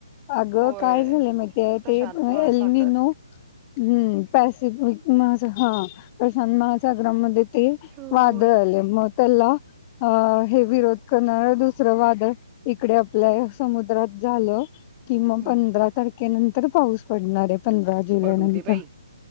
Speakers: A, on the left; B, on the right.
A: अगं
B: होय
A: काय झालंय माहितीय
B: प्रशांत
A: ते
B: महासागरात
A: एलनो... हम्म पॅसिफिक म हा प्रशांत महासागरामध्ये... ते
B: होय
A: वादळ आले मग त्याला अ हे विरोध करणार दुसरं वादळ.... इकडे आपल्या समुद्रात झालं... कि मग
B: हम्म
A: पंधरा तारखेनंतर पाऊस पडणार आहे पंधरा जुलै
B: पडू
A: नंतर...
B: दे बाई